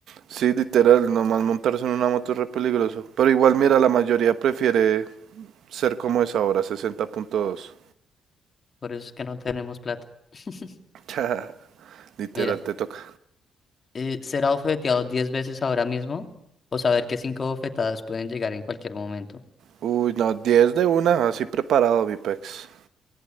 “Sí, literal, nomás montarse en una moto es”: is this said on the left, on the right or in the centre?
Right